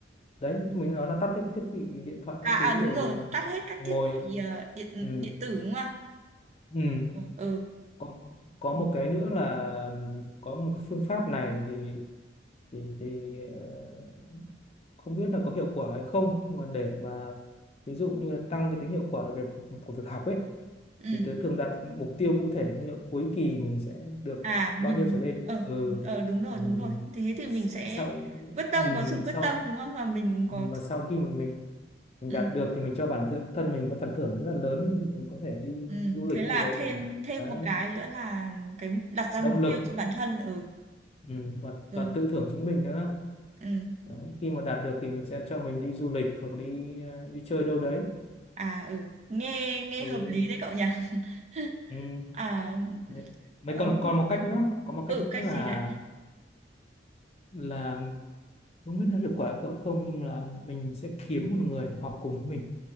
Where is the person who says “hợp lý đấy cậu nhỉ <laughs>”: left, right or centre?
Right